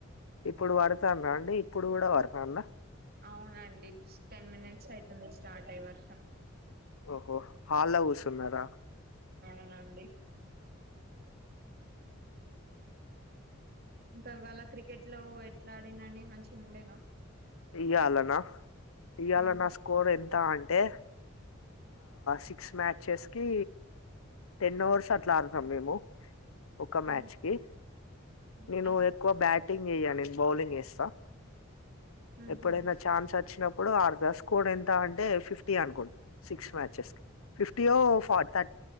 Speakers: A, on the left (about 90°); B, on the right (about 45°).
A: ఇప్పుడు పడతాంద అండి ఇప్పుడు కూడా వడత <inaudible>
B: అవునండి టెన్ మినిట్స్ అయితుంది స్టార్ట్ అయి వర్షం
A: ఓస్హో హాల లో కుర్సున్నర
B: అవునండి ఇంకావాళ క్రికెట్ లో ఎట్లా ఆడినండి మంచిగా ఉండేను
A: తీయాలనా ఇయాల
B: మ్మ్
A: నా స్కోర్ ఎంత అంట అంటే సిక్స్ మ్యాచెస్ కి టెన్ అవర్స్ అట్లారుతాం మేము ఒక మ్యాచ్
B: మ్మ్
A: కి
B: ఓకే
A: నేను ఎక్కువ బ్యాట్ <unintelligible> వస్తా
B: మ్హూ
A: ఎప్పుడై చాన్స్ వచ్చినప్పు ఇప్పుడు ఆర్ద స్కోర్ ఎంత అంటే ఫిఫ్టీ అనుకుంటా సిక్స్ మ్యాచెస్ కి fifty to forty thirty